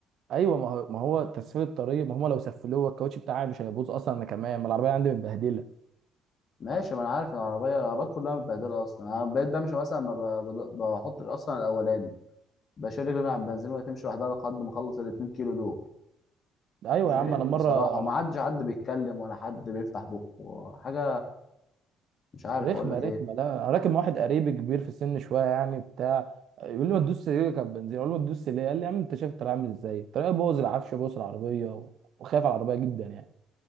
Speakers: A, on the right (about 50°); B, on the left (about 40°).
A: أيوة ما هو ما هو تسفيل الطريق ما هم لو سفلوه الكاوتش بتاعي مش هيبوظ أصلا أنا كمان ما العربية عندي متبهدلة
B: ماشي ما انا عارف إن العربيه العربيات كلها متبهدله اصلا انا بقيت بمشي مثلا ما ب- بض- بحطش اصلا الاولاني بشيل رجلي من على البنزين وهي تمشي لوحدها لحد ما اخلص ال 2 كيلو دول
A: أيوة
B: زهقت
A: يا عم أنا مرة
B: بصراحه وما
A: أنا
B: عادش حد بيتكلم ولا حد بيفتح بقه حاجه مش عارف
A: رخمة
B: اقول لك
A: رخمة
B: ايه
A: لا أنا راكب مع واحد قريبي كبير في السن شوية يعني بتاع يقول لي ما تدوس رجلك على البنزين أقول له ما تدوس ليه قال لي يا عم أنت شايف الطريق عامل إزاي الطريق بوظ العفش بوظ العربية وخايف على العربية جدا يعني